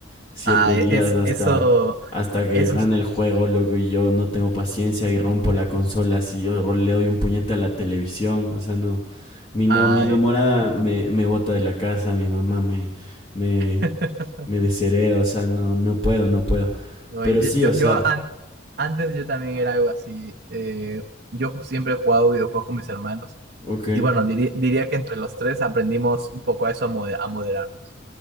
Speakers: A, on the left; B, on the right.
A: siete
B: Ah,
A: días
B: e, es,
A: hasta,
B: eso,
A: hasta que
B: Eso
A: gane
B: es...
A: el juego, loco, y yo no tengo paciencia y rompo la consola, si yo ro- le doy un puñete a la televisión, o sea, no, mi, no,
B: ay,
A: mi enamorada me, me bota de la casa, mi mamá me, me,
B: <laughs>
A: me deshereda, o sea, no, no puedo, no puedo,
B: oye,
A: pero sí,
B: yo,
A: o sea,
B: yo an- antes yo también era algo así. eh, yo siempre he jugado videojuegos con mis hermanos.
A: ok.
B: Y bueno, diri- diría que entre los tres aprendimos un poco a eso, a, mode- a moderarnos.